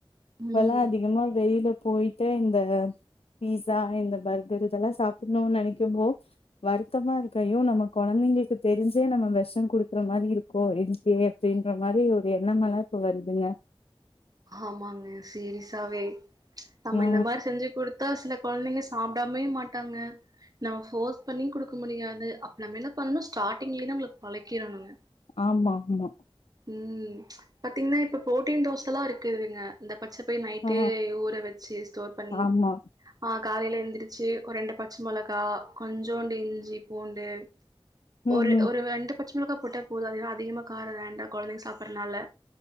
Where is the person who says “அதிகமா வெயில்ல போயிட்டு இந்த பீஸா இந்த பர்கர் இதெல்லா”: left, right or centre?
Left